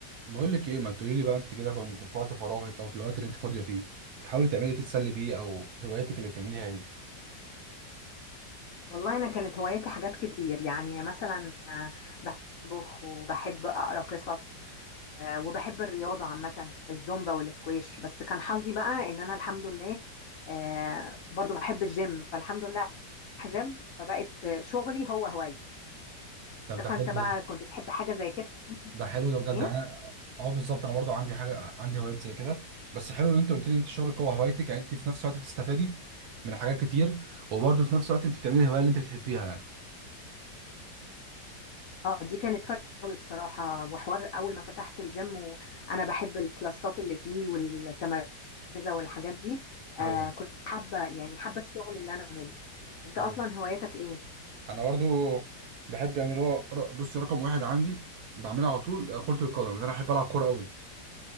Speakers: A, on the right; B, on the left.
A: بقول لك ايه ما تقولي لي بقى انت كده كنت في وقت فراغك او في الوقت اللي انت فاضيه فيه بتحاولي تعملي إيه تتسلي بيه او هواياتك اللي بتعمليها ايه
B: والله أنا كانت هواياتي حاجات كتير يعني مثلا آه، بحب أطبخ وبحب أقرأ قصص آه، وبحب الرياضة عامة الزومبا والسكواش بس كان حظي بقى إن أنا الحمد لله آه، برضو بحب الجيم فالحمد لله رايحة جيم فبقت آه، شغلي هو هوايتي
A: طب
B: عارفة
A: ده حلو
B: أنت بقى
A: ده
B: كنت تحب حاجة زي كده
A: ده حلو ده بجد
B: إيه؟
A: يعني أنا- اه بالظبط انا برضو عندي حاجه عندي هوايات زي كده بس حلو ان انت قلت لي انت شغلك هو هوايتك يعني انت في نفس الوقت بتستفادي من حاجات كتير وبرضه في نفس الوقت انت بتعملي الهوايه اللي انت بتحبيها يعني
B: اه دي كانت فرق قوي بصراحة وحوار أول ما فتحت الجيم وأنا بحب الكلاسات اللي فيه والتمركزة والحاجات دي
A: ايوه
B: آه كنت حابة يعني حابة الشغل اللي أنا أعمله أنت أصلا
A: ايوه
B: هواياتك إيه؟
A: انا برضو بحب يعني اللي هو ر- بصي رقم واحد عندي بعملها على طول كره القدم انا بحب العب كوره قوي